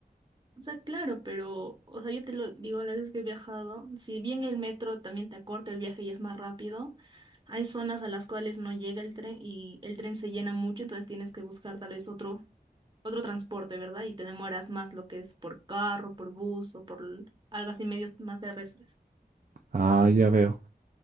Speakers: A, on the right; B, on the right.
A: O sea, claro, pero, o sea, yo te lo digo, las veces que he viajado, si bien el metro también te acorta el viaje y es más rápido, hay zonas a las cuales no llega el tren y el tren se llena mucho, entonces tienes que buscar tal vez otro, otro transporte, ¿verdad? Y te demoras más lo que es por carro, por bus o por l- algo así medios más terrestres.
B: Ah, ya veo.